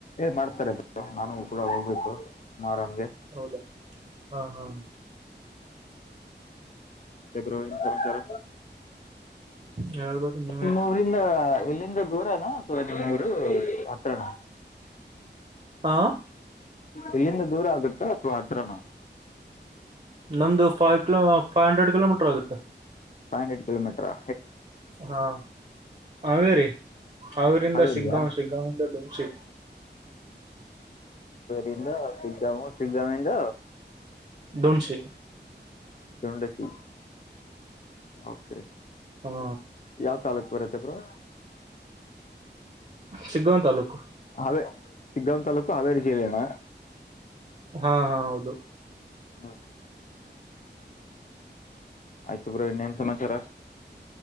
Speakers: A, on the left; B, on the right.
A: ಮಾಡ್ತಾರೆ ನಾನು ಕೂಡ ಹೋಗ್ಬೇಕು ಆರಾಮ
B: ಹೌದಾ ಹಾ ಹಾ
A: ಮತ್ತೆ ಬ್ರೋ ಎನ್ ಸಮಾಚಾರ
B: ಹೇಳ್ಬೇಕ್ ನೀವೇ
A: ನಿಮ್ಮ ಊರಿಂದ ಇಲ್ಲಿಂದ ದೂರನ ಸೂರದರು ಹತ್ರನ
B: ಹಾ
A: ಇಲ್ಲಿಂದ ದೂರ ಆಗುತ್ತಾ ಅಥವಾ ಹತ್ರನ
B: ನಮ್ದು five kilo five hundred kilometre ಆಗುತ್ತೆ
A: ಫವ ಹಂಡ್ರೆಡ್ ಕಿಲೋಮೀಟರಾ
B: ಹಾ ಆವೆ ರಿ ಅವರಿಂದ
A: ಹಾವೇರಿಯಾ
B: ಸಿಿಗ್ಗಾವ್ ಶ ಸಿಗ್ಗಾಂವಿಂದ ದೋಸಿ
A: ಿಂದ ಸಿಗ್ಗಾಮ ಸಿಗ್ಗಾಮಿಂದ
B: ದೊಂಟ್ ಸೀ
A: ೊಂಡಸಿ ಒಕೆ
B: ಹಾ
A: ಯಾವ ತಾಲೂಕ್ ಬರದೆ ಬ್ರೋ
B: ಸಿಗ್ಗವನ ತಲ್ಲೂಕು
A: ಹೇ ಸಕ್ಕಾಮ್ ತಾಲೂಕ ಹಾವೇರಿ ಜಿಲ್ಲೆಯಣ
B: ಹಾ ಹಾ ಹೌದು
A: ಹ್ಮ ಆಯ್ತು ಬ್ರೋ ಇನ್ನೇನ್ ಸಮಾಚಾರ